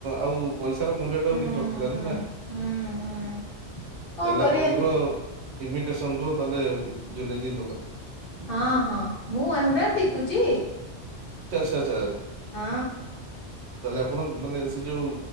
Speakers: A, on the right; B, on the left.
A: ଆଉ ପଇସାର ମୂଲ୍ୟ ଟା
B: ହୁଁ
A: କିଛି ରଖିଲାନି
B: ହୁଁ
A: ନା।
B: ହୁଁ ହୁଁ କଣ
A: ତାହଲେ
B: କରିବା
A: ଆପଣଙ୍କର ଇମିଟେସନ ର ତାଲେ ଜ୍ବେଲେରୀ
B: ହଁ ହଁ ମୁଁ ୱାନ ଗ୍ରାମ ବିକୁଛି।
A: ସେଟା ଚଏସ।
B: ହଁ।
A: ତାହେଲେ ଆପଣ ମାନେ ସେ ଯୋଉ